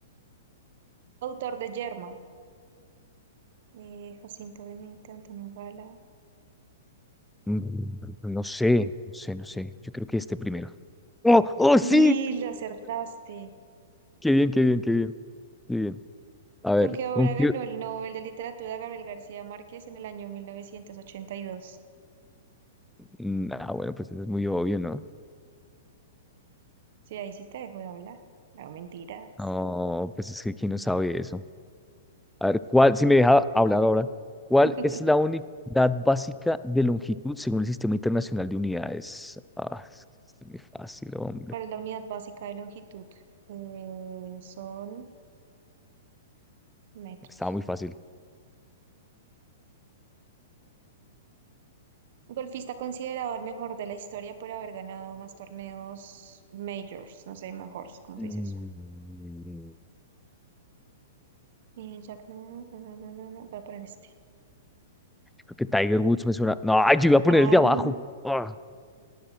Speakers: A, on the right; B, in the centre.
A: Autor de Yerma. Eh, Jacinto Benavente Antonio Gala.
B: Mm, No sé, no sé, no sé. Yo creo que este primero. ¡Oh, oh,
A: Y
B: sí!
A: lo acertaste.
B: Qué bien, qué bien, qué bien, qué bien. A ver,
A: ¿Con qué obra
B: un
A: ganó
B: tío-
A: el Nobel de Literatura Gabriel García Márquez en el año 1982?
B: Mm, Ah, bueno, pues eso es muy obvio, ¿no?
A: Sí, ahí sí te dejo de hablar. No, mentiras.
B: No, pues es que quién no sabe eso. A ver, ¿cuál, si me deja hablar ahora, ¿cuál
A: <laughs>
B: es la unidad básica de longitud según el Sistema Internacional de Unidades? Ah, es que es muy fácil, hombre.
A: ¿Cuál es la unidad básica de longitud? Eh, son metros.
B: Estaba muy fácil.
A: Golfista considerado el mejor de la historia por haber ganado más torneos majors, no sé, majors, ¿cómo se
B: Mm,
A: dice eso? Eh, Jack, no, no, no, no, no, voy a poner este.
B: creo que Tiger Woods me suena. No, ay, yo iba a poner
A: Ay,
B: el de abajo. Ah,